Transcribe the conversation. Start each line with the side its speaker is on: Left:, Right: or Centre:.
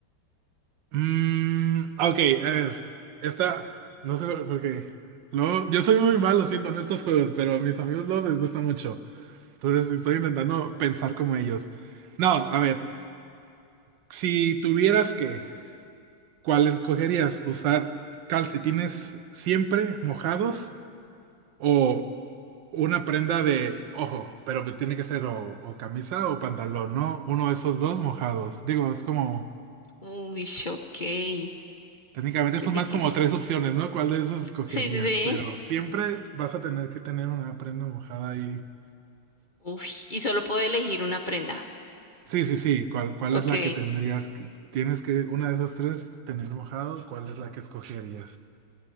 Right: Mm, ok, a ver, esta, no sé por qué. Luego, yo soy muy malo, siento, en estos juegos, pero a mis amigos los les gusta mucho. Entonces estoy intentando pensar como ellos. No, a ver, si tuvieras que, ¿cuál escogerías? ¿Usar calcetines siempre mojados? O una prenda de, ojo, pero pues tiene que ser o, o camisa o pantalón, ¿no? Uno de esos dos mojados. Digo, es como,
Left: Uy, ok, qué
Right: técnicamente son
Left: difícil.
Right: más como tres opciones, ¿no? ¿Cuál de esos escogerías?
Left: Sí, sí, sí.
Right: Pero siempre vas a tener que tener una prenda mojada ahí.
Left: Uy, y solo puedo elegir una prenda.
Right: Sí, sí, sí. ¿Cuál, cuál
Left: Ok.
Right: es la que tendrías? que- Tienes que, una de esas tres, tener mojado. ¿Cuál es la que escogerías?